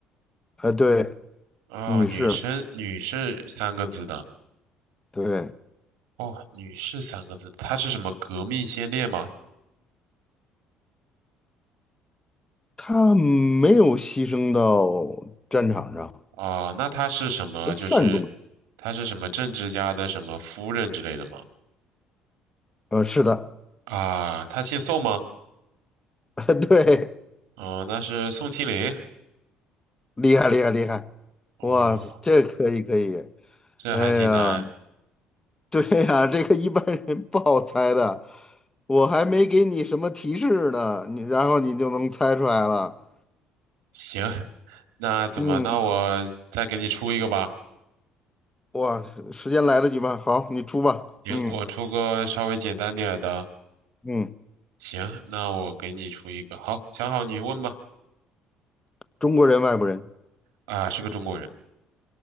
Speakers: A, on the left; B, on the right.
A: 哎，对，
B: 哦，
A: 女士，
B: 女生，女士三个字的，
A: 对，
B: 哦，女士三个字，她是什么革命先烈吗？
A: 她没有牺牲到战场上，
B: 啊、那她是什么？
A: 是善终，
B: 就是她是什么政治家的什么夫人之类的吗？
A: 呃，是的，
B: 啊，她姓宋吗？
A: <laughs> 对，
B: 哦，那是宋庆龄。
A: 厉害厉害厉害，
B: 哦，
A: 哇塞，这可以可以，
B: 这还挺难。
A: 哎呀，对呀，这个一般人不好猜的，我还没给你什么提示呢，你然后你就能猜出来了，
B: 行，那怎么？
A: 嗯。
B: 那我再给你出一个吧。
A: 哇，时间来得及吗？好，你出吧。
B: 行，
A: 嗯
B: 我出个稍微简单点儿的。
A: 嗯，
B: 行，那我给你出一个。好，想好你问吧。
A: 中国人、外国人，
B: 啊，是个中国人，